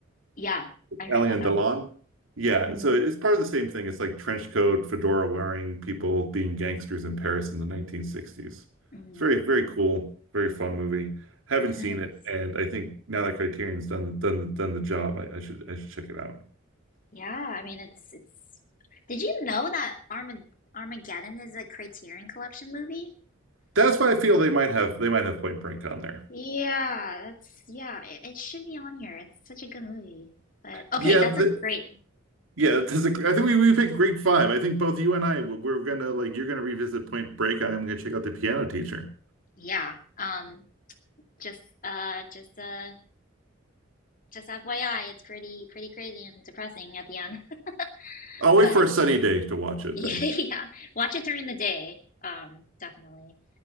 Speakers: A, on the left; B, on the right.
A: Yeah, I heard
B: Alien
A: about that
B: Delon.
A: one.
B: Yeah,
A: hmm
B: so it's part of the same thing. It's like trench coat, fedora wearing people being gangsters in Paris in the 1960s.
A: Mm,
B: It's very, very cool, very fun movie. Haven't
A: nice.
B: seen it, and I think now that Criterion's done done done the job, I, I should I should check it out.
A: Yeah, I mean it's it's Did you know that Armag Armageddon is a Criterion Collection movie?
B: That's why I feel they might have they might have Point Break on there.
A: Yeah, that's yeah, it, it should be on here. It's such a good movie. But okay,
B: Yeah,
A: that's
B: the,
A: a great.
B: yeah. That's a, I think we we picked Great Five. I think both you and I we- we're gonna like you're gonna revisit Point Break. I am gonna check out The Piano Teacher.
A: Yeah. Um just uh just uh just FYI, it's pretty pretty crazy and depressing at the end. <laughs>
B: I'll
A: But
B: wait for a sunny day to watch
A: <laughs>
B: it
A: yeah,
B: then.
A: watch it during the day. Um definitely.